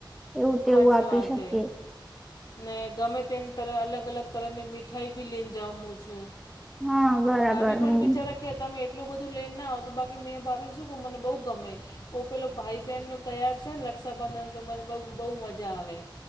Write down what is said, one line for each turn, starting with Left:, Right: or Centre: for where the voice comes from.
Centre: એવું તેવું
Left: સાચી
Centre: આપી
Left: વાત
Centre: શકી.
Left: હે ને ગમે તેની તર અલગ અલગ તરની મીઠાઈ ભી લઈને જું છું.
Centre: હા બરાબર
Left: ભાભી પણ
Centre: હમ
Left: બિચારા કે તમે એટલું બધું લેને ના આવ તો બાકી મેં ભાવીને શું મને બહુ ગમે પેલો ભાઈ બહેનનો તૈયાર છે ને રક્ષાબંધન તો બહુ મજા આવે